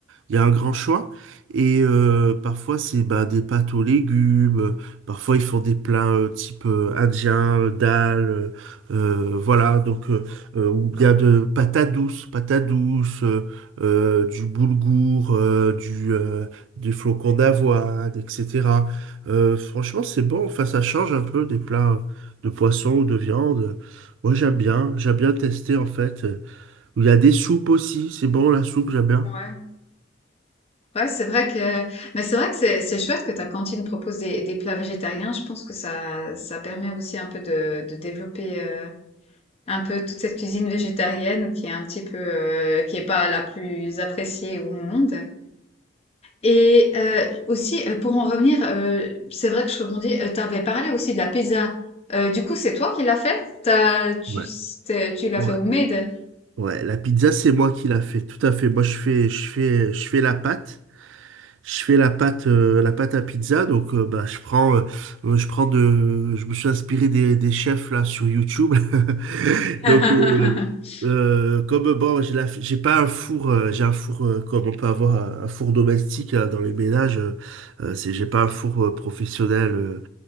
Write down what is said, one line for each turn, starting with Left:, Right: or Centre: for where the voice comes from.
Right: Il y a un grand choix. Et euh, parfois, c'est bah, des pâtes aux légumes. euh, Parfois, ils font des plats euh, type euh, indien, euh, dal. euh, euh, voilà. Donc, euh, euh, ou bien de patates douces, patates douces, euh, euh, du boulgour, euh, du, euh, du flocon d'avoine, etc. Euh, franchement, c'est bon. Enfin, ça change un peu des plats euh, de poisson ou de viande. Moi, j'aime bien. J'aime bien tester, en fait. Il y a des soupes aussi. C'est bon, la soupe, j'aime bien.
Left: Ouais. Ouais, c'est vrai que, mais c'est vrai que c'est c'est chouette que ta cantine propose des, des plats végétariens. Je pense que ça, ça permet aussi un peu de, de développer euh, un peu toute cette cuisine végétarienne qui est un petit peu, euh, qui est pas la plus appréciée au monde. Et euh, aussi, euh, pour en revenir, euh, c'est vrai que je rebondis, euh, t'avais parlé aussi de la pizza. Euh, du coup, c'est toi qui l'as fait? T'as, tu,
Right: Ouais.
Left: t'es- tu l'as
Right: Ouais.
Left: fait au made?
Right: Ouais, la pizza, c'est moi qui la fais, tout à fait. Moi, je fais, je fais, je fais la pâte. Je fais la pâte, euh, la pâte à pizza. Donc, euh, bah, je prends, euh, euh, je prends de, je me suis inspiré des, des chefs là sur YouTube. <laughs>
Left: <laughs>
Right: Donc, euh, euh, comme bon, j'ai la- j'ai pas un four, euh, j'ai un four euh, comme on peut avoir un un four domestique hein, dans les ménages. euh, euh, c'est, j'ai pas un four euh, professionnel, euh,